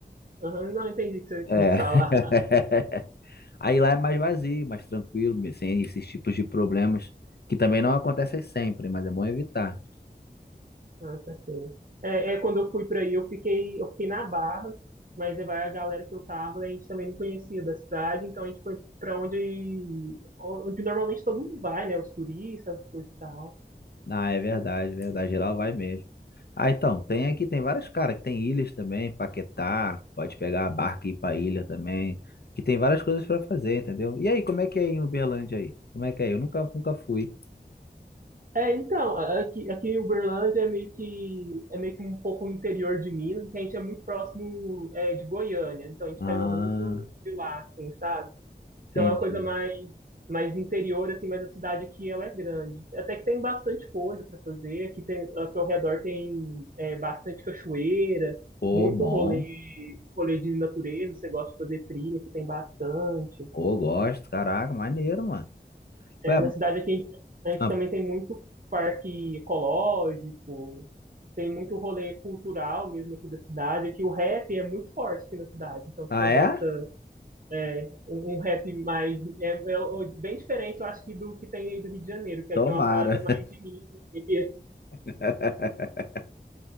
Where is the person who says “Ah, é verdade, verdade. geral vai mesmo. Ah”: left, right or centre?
Left